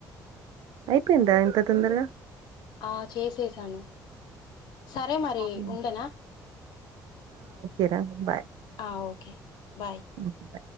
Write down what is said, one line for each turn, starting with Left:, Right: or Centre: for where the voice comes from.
Right: అయిపోయిందా ఇంత తొందరగా?
Left: ఆ చేసేసాను సరే మరి
Right: హ్మ్.
Left: ఉండనా
Right: ఏరా బాయ్
Left: ఆ ఓకే బాయ్
Right: హ్మ్. బాయ్.